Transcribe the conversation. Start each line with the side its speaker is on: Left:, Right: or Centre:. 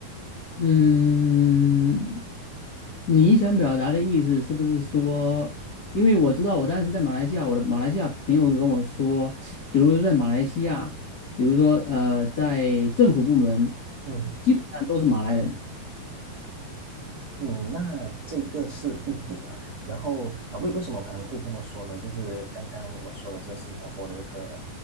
Left: 嗯你想表达的意思是不是说，因为我知道我当时在马来西亚，我的马来西亚朋友跟我说，比如说在马来西亚，比如说呃，在政府部门，
Right: 嗯。
Left: 基本上都是马来人。
Right: 嗯，那这个是一点了。然后啊，为为什么我刚刚会这么说呢？就是刚刚我说的这个新加坡的这个